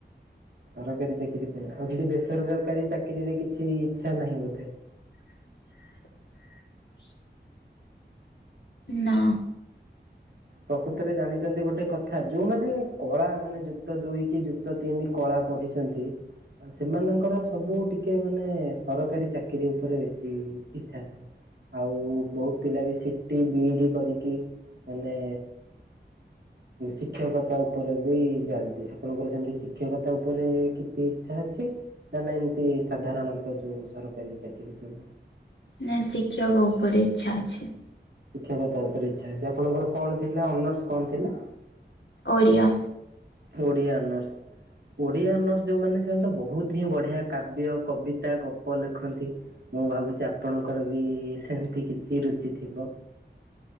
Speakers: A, on the right; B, on the left.
A: ସରକାରୀ ଚାକିରୀ ପାଇଁ ଆଉ ଦିଦି ବେସରରକାରୀ ଚାକିରୀରେ କିଛି ଇଚ୍ଛା ନାହିଁ ବୋଧେ
B: <unintelligible> ନା
A: ପ୍ରକୃତରେ ଜାଣିଛନ୍ତି ଗୋଟେ କଥା ଯଉମାନେ କଳା ମାନେ ଯୁକ୍ତ ଦୁଇ କି ଯୁକ୍ତ ତିନି କଳା ପଢିଛନ୍ତି ସେମାନଙ୍କର ସବୁ ଟିକେ ମାନେ ସରକାରୀ ଚାକିରୀ ଉପରେ ବେଶୀ ଇଚ୍ଛା ଥାଏ ଆଉ ବହୁତ ପିଲା ବି ସିଟି ବିଇଡି କରିକି ମାନେ
B: <unintelligible>
A: ଶିକ୍ଷକତା ଉପରେ ବି ଯାଆନ୍ତି ଆପଣଙ୍କର ସେମିତି ଶିକ୍ଷକତା ଉପରେ କିଛି ଇଚ୍ଛା ଅଛି ନା ନା ଏମିତି ସାଧାରଣତ ଯୋଉ ସରକାରୀ ଚାକିରୀ ସବୁ
B: ନା ଶିକ୍ଷକ ଉପରେ ଇଚ୍ଛା ଅଛି
A: ଶିକ୍ଷକତା ଉପରେ ଇଚ୍ଛା ଅଛି ଆପଣଙ୍କର କଣ ଥିଲା ଅନର୍ସ କଣ ଥିଲା
B: ଓଡ଼ିଆ
A: ଓଡ଼ିଆ ଅନର୍ସ ଓଡିଆ ଅନର୍ସ ଯୋଉମାନେ ସେମାନେ ତ ବହୁତ ହିଁ ବଢିଆ କାବ୍ୟ କବିତା ଗପ ଲେଖନ୍ତି ମୁଁ ଭାବୁଛି ଆପଣଙ୍କର ବି ସେମିତି କିଛି ରୁଚି ଥିବ